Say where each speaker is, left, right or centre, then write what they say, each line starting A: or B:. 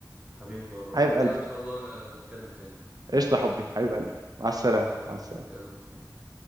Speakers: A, on the right; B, on the right.
A: حبيبي والله
B: حبيب
A: لو
B: قلبي
A: كده ان شاء الله نتكلم تاني
B: قشطه حبي حبيب قلبي مع السلامه
A: ماشي يا
B: مع
A: حبيبي
B: السلامه
A: يلا سلام